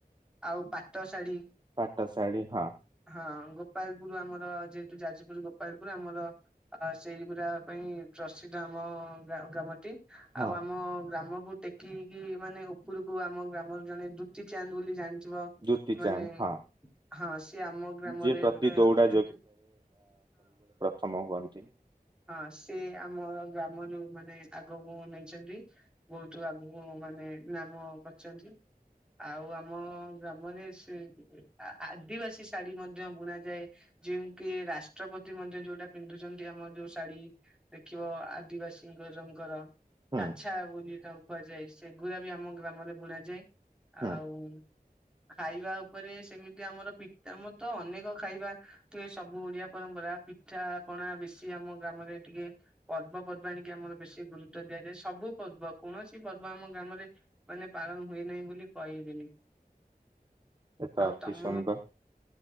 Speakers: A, in the centre; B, on the right.
A: ଆଉ ପାଟ ଶାଢ଼ୀ
B: ପାଟ ଶାଢ଼ୀ ହଁ।
A: ହଁ ଗୋପାଳପୁର ଆମର ଯେହେତୁ ଯାଜପୁର ଗୋପାଳପୁର ଆମର ଆ ସେଇଗୁରା ପାଇଁ ପ୍ରସିଦ୍ଧ ଆମ ଗ୍ରା ଗ୍ରାମ ଟି।
B: ହଁ
A: ଆଉ ଆମ ଗ୍ରାମକୁ ଟେକି ହେଇକି ମାନେ ଉପରକୁ ଆମ ଗ୍ରାମର ଜଣେ ଦୁତି ଚାନ୍ଦ ବୋଲି ଜାଣିଥିବ
B: ଦୁତି
A: ମାନେ
B: ଚାନ୍ଦ ହଁ
A: ହଁ ସିଏ ଆମ ଗ୍ରାମରେ
B: ଯିଏ ପ୍ରତି
A: ରହନ୍ତି।
B: ଦୌଡା ଉଥମ <inaudible> ହୁଅନ୍ତି।
A: ହଁ ସେ ଆମ ଗ୍ରାମରୁ ମାନେ ଆଗକୁ ନେଇଚନ୍ତି। ବହୁତୁ ଆଗକୁ ମାନେ ନାମ କଚନ୍ତି। ଆଉ ଆମ ଗ୍ରାମରେ ସେ ଆ ଆଦିବାସୀ ଶାଢୀ ମଧ୍ୟ ବୁଣା ଯାଏ। ଯେମିକିି ରାଷ୍ଟ୍ରପତି ମଧ୍ୟ ଯୋଉଟା ପିନ୍ଧୁଚନ୍ତି ଆମର ଯୋଉ ଶାଢୀ ଦେଖିବ ଆଦିବାସୀଙ୍କର <unintelligible>
B: ହୁଁ
A: ଛା ବୋଲି ତାକୁ କୁହାଯାଏ ସେଗୁଡ଼ାବି ଆମ ଗ୍ରାମରେ ବୁଣାଯାଏ
B: ହୁଁ
A: ଆଉ ଖାଇବା ଉପରେ ସେମିତି ଆମର ପି ଆମରତ ଅନେକ ଖାଇବା ତ ଏସବୁ ଓଡିଆ ପରମ୍ପରା ପିଠା ପଣା ବେଶୀ ଆମ ଗ୍ରାମରେ ଟିକେ ପର୍ବ ପର୍ବା ଆଣିକି ଆମର ବେଶୀ ଗୁରୁତ୍ଵ ଦିଆଯାଏ ସବୁ ପର୍ବ କୌଣସି ପର୍ବ ଆମ ଗ୍ରାମରେ ମାନେ ପାଳନ ହୁଏ ନାହିଁ ବୋଲି କହିବେନି।
B: ଏତ
A: ଆଉ
B: ଅତି
A: ତମ
B: ସୁନ୍ଦର